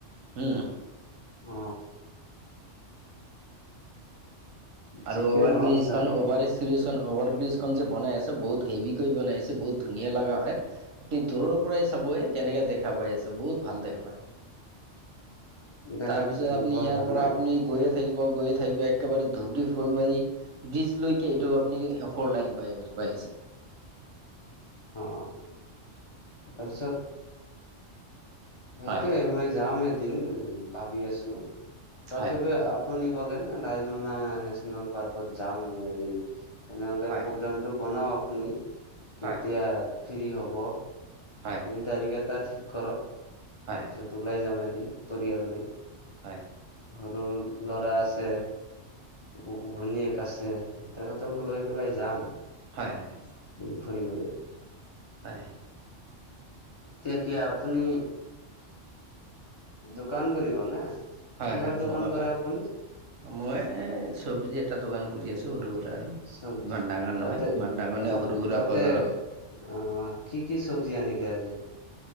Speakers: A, on the right (about 85°); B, on the left (about 40°).
A: হুম।
B: অ। যিকে
A: আৰু অভাৰ
B: নহওক
A: ব্ৰিজখনো
B: যাব
A: অভাৰিছ ব্ৰিজখন অভাৰ ব্ৰিজখন যে বনাই আছে, বহুত হেভিকৈ বনাই আছে। বহুত ধুনীয়া লাগা হয়। আপুনি দূৰৰ পৰাই চাব এ কেনেকা দেখা পায় আছে, বহুত ভাল দেখা পায়।
B: দেখাত
A: তাৰপিছত আপনি
B: বৰ
A: ইয়াৰ
B: ভাল
A: পৰা
B: নে
A: আপনি গৈয়ে থাকিব, গৈয়ে থাকিব একেবাৰে ধুবৰী ফুলবাৰী ব্ৰিজলৈকে এইটো আপনি ফৰ লাইন পাই পাই আছে।
B: অ, তাৰপিছত সেইটোৱে
A: হয়
B: মই যাম এদিন ভাবি আছো। তথাপি
A: হয়
B: আপ আপুনি ক'লে না, ৰাইমনা নেচনেল পাৰ্কত যাম মইও এদিন। তেনেহ'লে
A: হয়
B: প্ৰগ্ৰামটো বনাও আপুনি।
A: হয়
B: কেতিয়া ফ্ৰী হ'ব।
A: হয়।
B: দিন তাৰিখ এটা ঠিক কৰক।
A: হয়
B: তাৰপিছত
A: হয়
B: ওলাই যাম এদিন পৰিয়াল লৈ।
A: হয়।
B: সৰুৰ ল'ৰা আছে উ ঘনীয়েক আছে। তেখেতক লৈ পেলাই যাম।
A: হয়, হয়।
B: এই ফুৰিবলৈ।
A: হয়।
B: তেতিয়া আপুনি দোকান কৰিব না?
A: হয়
B: কিহৰ
A: হয়
B: দোকান
A: হয়
B: কৰে আপুনি?
A: মই এ চব্জি এটা দোকান কৰি আছো সৰু-সুৰা আৰু।
B: চব্জি
A: ইমান ডাঙাৰ নহয়।
B: তাতে
A: ইমান ডাঙৰ নে
B: তাত
A: সৰু-সুৰা
B: তাতে
A: বজাৰত
B: অ, কি কি চব্জি আনিলে আজি?